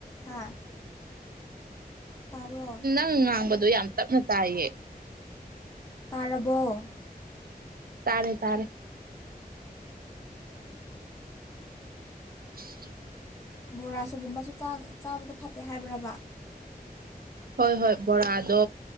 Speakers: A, on the left; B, on the right.
A: ꯍꯥꯥ ꯇꯥꯔꯣ
B: ꯪ ꯉꯥꯡꯕꯗꯣ ꯌꯥꯝ ꯇꯞꯅ ꯇꯥꯏꯌꯦ
A: ꯄꯔꯔꯕ
B: ꯇꯥꯔꯦ ꯇꯥꯔꯦ <unintelligible>
A: ꯕꯣꯔꯥꯁꯨꯒꯨꯝꯕꯁꯨ ꯆꯥꯕꯗ ꯐꯠꯇꯦ ꯍꯥꯏꯕ꯭ꯔꯕ
B: ꯍꯣꯏ ꯍꯣꯏ ꯕꯣꯔꯥꯗꯣ